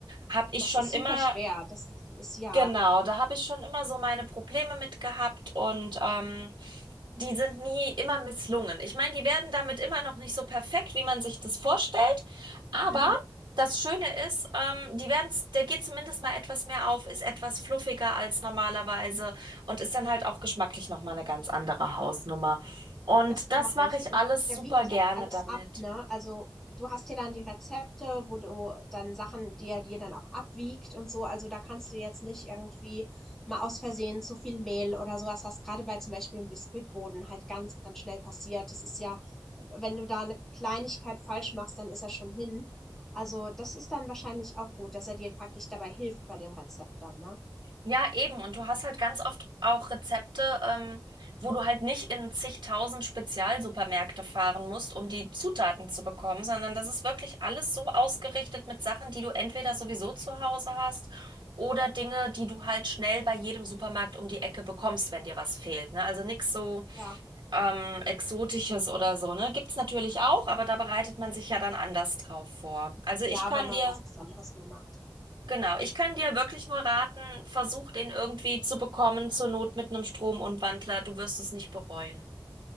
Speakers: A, on the right (about 75°); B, in the centre.
A: habe ich
B: Das
A: schon
B: ist
A: immer
B: super schwer. Das ist ja.
A: Genau, da habe ich schon immer so meine Probleme mit gehabt und ähm, die sind nie immer misslungen. Ich meine, die werden damit immer noch nicht so perfekt, wie man sich das vorstellt, aber
B: Mhm.
A: das Schöne ist, ähm, die werden, der geht zumindest mal etwas mehr auf, ist etwas fluffiger als normalerweise und ist dann halt auch geschmacklich nochmal eine ganz andere Hausnummer. Und
B: Das glaube
A: das mache
B: ich.
A: ich
B: Und
A: alles
B: der
A: super
B: wiegt
A: gerne
B: ja auch alles
A: damit.
B: ab, ne? Also du hast ja dann die Rezepte, wo du dann Sachen, die er dir dann auch abwiegt und so. Also da kannst du jetzt nicht irgendwie mal aus Versehen zu viel Mehl oder sowas, was gerade bei zum Beispiel im Biskuitboden halt ganz, ganz schnell passiert. Das ist ja, wenn du da eine Kleinigkeit falsch machst, dann ist er schon hin. Also das ist dann wahrscheinlich auch gut, dass er dir praktisch dabei hilft bei dem Rezept dann, ne?
A: Ja, eben. Und du hast halt ganz oft auch Rezepte, ähm, wo du halt nicht in zigtausend Spezialsupermärkte fahren musst, um die Zutaten zu bekommen, sondern das ist wirklich alles so ausgerichtet mit Sachen, die du entweder sowieso zu Hause hast oder Dinge, die du halt schnell bei jedem Supermarkt um die Ecke bekommst, wenn dir was fehlt, ne? Also nichts so
B: Ja.
A: ähm, Exotisches oder so, ne? Gibt's natürlich auch, aber da bereitet man sich ja dann anders drauf vor. Also ich
B: Ja,
A: kann
B: wenn man
A: dir
B: was Besonderes mal macht.
A: Genau, ich kann dir wirklich nur raten, versuch den irgendwie zu bekommen, zur Not mit einem Stromumwandler. Du wirst es nicht bereuen.